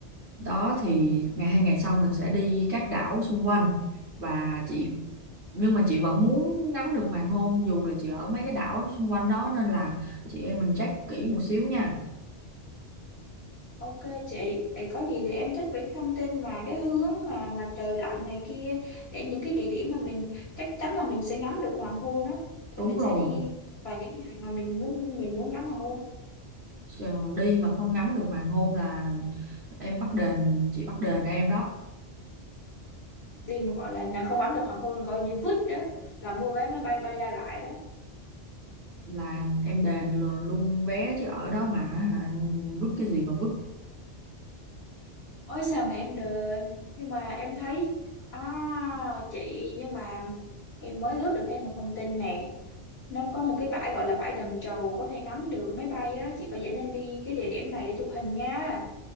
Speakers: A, on the right (about 50°); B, on the left (about 60°).
A: đó thì ngày hai ngày sau mình sẽ đi các đảo xung quanh và chị nhưng mà chị vẫn muốn ngắm được hoàng hôn dù là chị ở mấy cái đảo xung quanh đó nên là chị em mình check kỹ một xíu nha
B: Ok chị, vậy có gì thì em check về cái thông tin mà cái hướng mà mặt trời lặn này kia để những cái địa điểm mà mình chắc chắn là mình sẽ ngắm được hoàng hôn á thì
A: đúng
B: mình
A: rồi
B: sẽ đi vào những cái ngày mà mình muốn mình muốn ngắm hoàng hôn
A: Ờ, đi mà không ngắm được hoàng hôn là em bắt đền chị bắt đền em đó
B: đi mà gọi là nè, không ngắm được hoàng hôn coi như vứt đó là mua vé máy bay bay ra lại đó
A: là em đền lu- luôn vé chứ ở đó mà hả, vứt cái gì mà vứt
B: ôi sao mà em đền nhưng mà em thấy à chị nhưng mà em mới lướt được thêm một thông tin nè nó có một cái bãi gọi là bãi đầm trầu có thể ngắm được máy bay á chị phải dẫn em đi cái địa điểm này để chụp hình nha